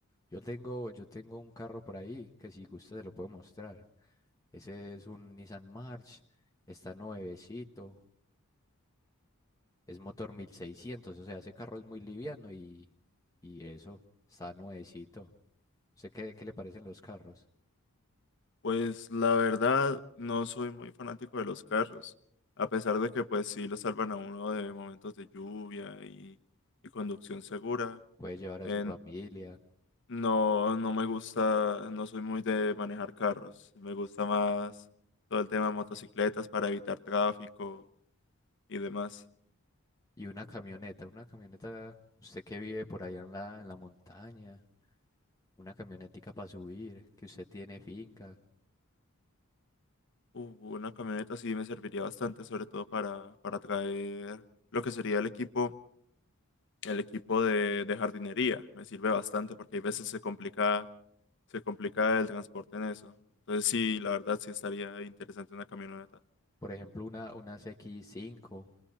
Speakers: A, on the left; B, on the left.
A: Yo tengo, yo tengo un carro por ahí que si gusta se lo puedo mostrar. Ese es un Nissan March, está nuevecito, es motor mil seiscientos o sea, ese carro es muy liviano y, y eso, está nuevecito. sé qué, qué le parecen los carros?
B: Pues la verdad, no soy muy fanático de los carros, a pesar de que pues sí lo salvan a uno de momentos de lluvia y, y conducción segura.
A: Puede llevar
B: Eh,
A: a su familia
B: No, no me gusta, no soy muy de manejar carros. Me gusta más todo el tema de motocicletas para evitar tráfico y demás.
A: y una camioneta, una camioneta, usted que vive por allá en la, en la montaña, una camionetica para subir, que usted tiene finca,
B: Uh, una camioneta sí me serviría bastante, sobre todo para, para traer lo que sería el equipo, el equipo de, de jardinería. Me sirve bastante porque hay veces se complica, se complica el transporte en eso. Entonces sí, la verdad sí estaría interesante una camioneta.
A: por ejemplo, una, una C x 5